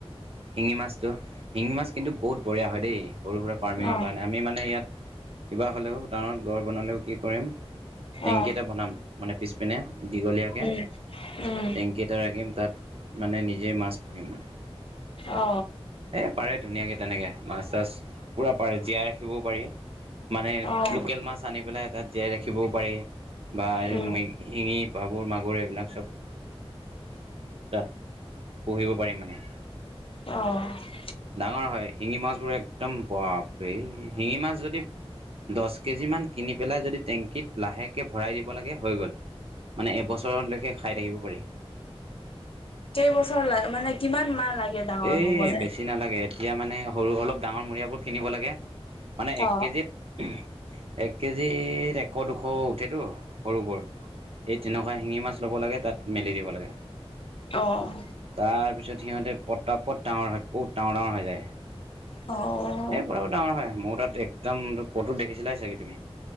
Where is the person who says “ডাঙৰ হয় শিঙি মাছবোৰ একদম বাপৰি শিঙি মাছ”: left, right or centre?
Right